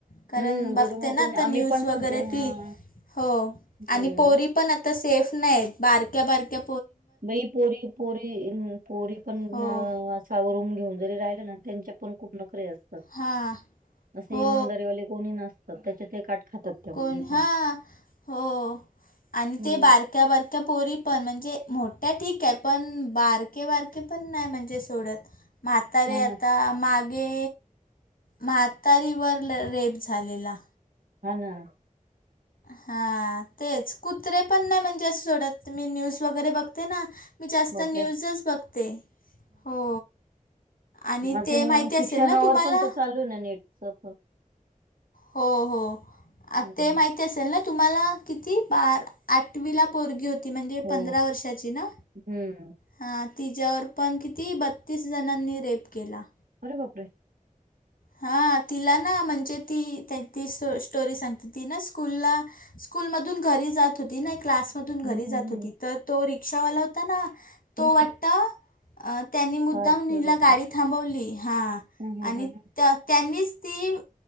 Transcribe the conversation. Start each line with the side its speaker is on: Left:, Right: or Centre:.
Left: कारण
Right: हम्म
Left: बघते
Right: त्याच्यामुळे
Left: ना
Right: कोणी
Left: आता
Right: आम्ही
Left: न्यूज
Right: पण
Left: वगैरे
Right: म्हणजे
Left: ती
Right: हां
Left: हो
Right: हम्म
Left: आणि पोरी पण आ सेफ नाही बारक्या-बारक्या
Right: म पोरी, पोरी, पोरी पण
Left: हो
Right: अ सावरून घेऊन जरी राहिल ना त्यांच्या पण खूप नकरे असतात
Left: हां
Right: अस
Left: हो
Right: इमानदारी कोणी नसतात त्याचे ते काठ खातात, त्या
Left: कोण
Right: मुली
Left: हा
Right: पण
Left: हो आणि
Right: हम्म.
Left: ते बार ्या बरक्या पोरी पण म्हणजे मोठ्या ठीक आहे पण, बारके बारके पण नाही म्हणजे सोडत. म्हातारे
Right: हां ना.
Left: आता मागे म्हातारीवर रेप झालेला.
Right: हा ना
Left: हा तेच कुत्रे पण नाही म्हणजे असं सोडत मी न्यूज वगैरे बघते ना, मी जास्त
Right: बापरे
Left: न्यूजच बघते. हो आणि
Right: आणी ते हे
Left: माहिती
Right: शिक्षणावर
Left: असेल ना तुम्हाला
Right: पण ते चालू ना नेटच
Left: हो हो
Right: हम्म.
Left: ते माहि असेल ना तुम्हाला किती बार आठवीला पोरगी होती, म्हणजे
Right: हो
Left: पंधरा वर्षाची ना
Right: हम्म
Left: हां तिच्यावर पण किती बत्तीस जणांनी रेप केला.
Right: अरे बापरे!
Left: हा तिला ना म्हणजे ती त्यां ती सो स्टोरी सांगते ती ना स्कूलला स्कूल मधून घरी जात होती ना क्लास मधून घरी
Right: हम्म हम्म
Left: जात होती
Right: हम्म
Left: तर तो रिक्षावाला होता ना तो
Right: हम्म
Left: वाट
Right: हम्म.
Left: अ त्यांनी मुद्दाम
Right: फार क्युअर
Left: हिला
Right: असते
Left: गाडी थांबवली हा
Right: हम्म हम्म
Left: आणि
Right: हम्म
Left: त्यांनीच ती